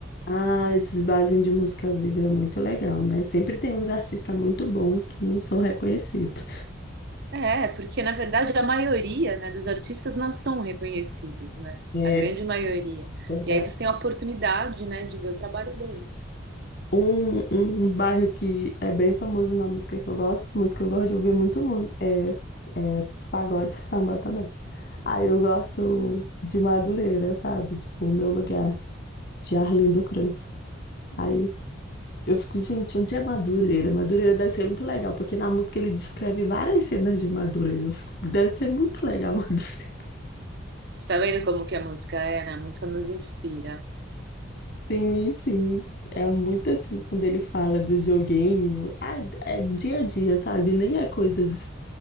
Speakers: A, on the left (about 55°); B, on the right (about 55°).
A: Ah, esses barzinhos de música viva é muito legal, né? Sempre tem uns artistas muito bons que não são reconhecidos.
B: É, porque na verdade a maioria, né, dos artistas não são reconhecidos, né?
A: É
B: A grande maioria.
A: verdade.
B: E aí você tem a oportunidade, né, de ver o trabalho deles.
A: Um, um bairro que é bem famoso na música que eu gosto muito, que eu gosto de ouvir muito mu- é, é pagode e samba também. Aí eu gosto de Madureira, sabe? Tipo, o meu lugar, de Arlindo Crantz. Aí eu fico, gente, onde é Madureira? Madureira deve ser muito legal, porque na música ele descreve várias cenas de Madureira. Eu fico, deve ser muito legal, <laughs> Madureira.
B: Você tá vendo como que a música é, né? A música nos inspira.
A: Sim, sim. É muito assim quando ele fala do joguinho. Ah, é dia a dia, sabe? Nem é coisas.